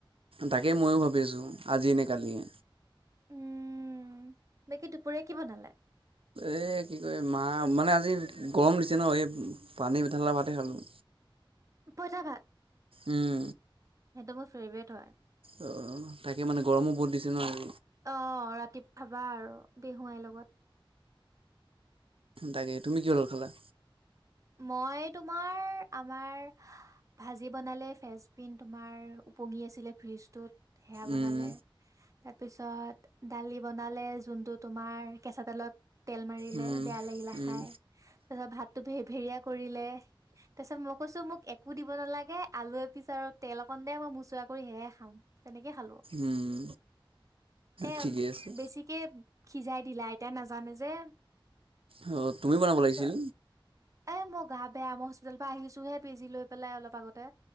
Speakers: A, on the right (about 85°); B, on the right (about 35°).
A: তাকে মইও ভাবি আছো আজি নে কালিয়ে।
B: উম, বাকী দুপৰীয়া কি বনালে?
A: এ, কি ক মা মানে আ- আজি গৰম দিছে ন' এই পানীঠালা ভাতে খালোঁ।
B: পইতা ভাত।
A: উম,
B: সেইটো মোৰ ফেভৰেট হয়।
A: অহ, তাকে মানে গৰমো বহুত দিছে নহ
B: অ' খাবা আৰু বেহুৱাইৰ লগত
A: তাকে তুমি কিহৰ লগত খালা?
B: মই তোমাৰ, আমাৰ ভাজি বনালে ফেচবিন তোমাৰ পঙি আছিলে ফ্ৰিজটোত সেয়া বনালে।
A: উম,
B: তাৰপিছত দালি বনালে যোনটো তোমাৰ কেঁচা তেলত তেল মাৰিলে
A: উম,
B: বেয়া লাগিলে
A: উম,
B: খাই তাৰপিছত ভাততো ভেৰ-ভেৰিয়া কৰিলে। তাৰপিছত মই কৈছো মোক এ- একো দিব নালাগে আলু এ পিছ আৰু তেল অকণ দে মই মোচুৰা কৰি সেহে খাম। তেনেকে খালো।
A: উম,
B: এ
A: ঠিকে আছে।
B: বেছিকে সিজাই দিলা আইতায় নাজানে যে
A: অ, তুমি বনাব
B: তাৰপিছত
A: লাগিছিল।
B: এ মই গা বেয়া মই হস্পিটেলৰ পৰা আহিছোহে বেজি লৈ- পেলাই অলপ আগতে,